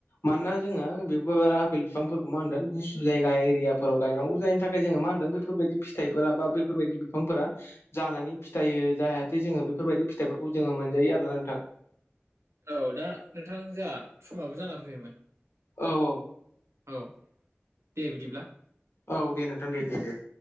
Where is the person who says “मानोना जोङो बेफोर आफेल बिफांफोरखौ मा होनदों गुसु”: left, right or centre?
Left